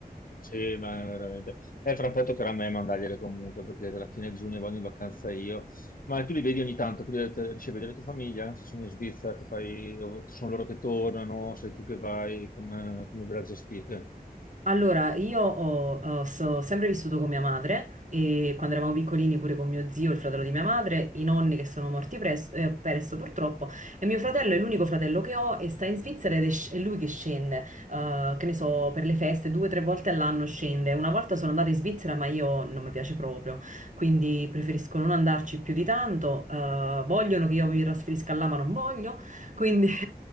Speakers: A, on the left; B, on the right.
A: Sì, ma veramente. E fra un po' toccherà a me mandargliele comunque, perché alla fine giugno vado in vacanza io. Ma tu li vedi ogni tanto, quindi ho detto, riesci a vedere la tua famiglia? Se sono in Svizzera, ti fai... o sono loro che tornano, sei tu che vai, come, come ve la gestite?
B: Allora, io ho, ho- so- sempre vissuto con mia madre e quando eravamo piccolini pure con mio zio, il fratello di mia madre, i nonni che sono morti pres- eh, presto purtroppo e mio fratello è l'unico fratello che ho e sta in Svizzera ed è, sc- è lui che scende, eh, che ne so, per le feste due o tre volte all'anno scende. Una volta sono andata in Svizzera ma io non mi piace proprio, quindi preferisco non andarci più di tanto, eh, vogliono che io mi trasferisca là ma non voglio, quindi... <laughs>